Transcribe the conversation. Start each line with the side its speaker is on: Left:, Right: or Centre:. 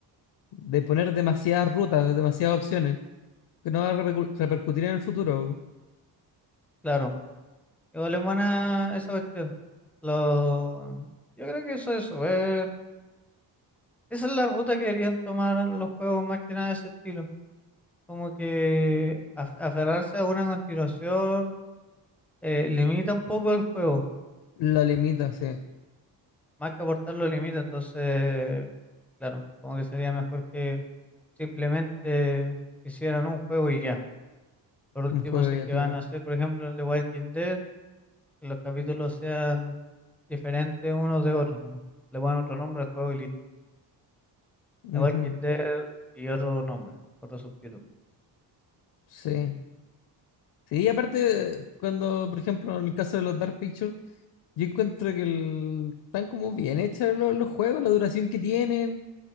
Left: de poner demasiadas rutas, demasiadas opciones, que no va a repercu- repercutir en el futuro.
Centre: Claro, igual es buena esa cuestión. Lo... Yo creo que eso, eso. eh, Esa es la ruta que deberían tomar los juegos más que nada de ese estilo. Como que af- aferrarse a una continuación eh, limita un poco el juego,
Left: La limita, sí.
Centre: más que aportarlo limita. Entonces, claro, como que sería mejor que simplemente hicieran un juego y ya. Por último,
Left: Un juego
Centre: si es
Left: ya,
Centre: que
Left: claro.
Centre: van a hacer, por ejemplo, el de Walking Dead. que los capítulos sean diferentes unos de otros, ¿no? Le ponen otro nombre al juego y listo.
Left: Ujú,
Centre: The Walking Dead y otro nombre, otro subtítulo.
Left: Sí. Sí, aparte, cuando, por ejemplo, en el caso de los Dark Pictures, yo encuentro que el- están como bien hechos lo- los, juegos, la duración que tienen,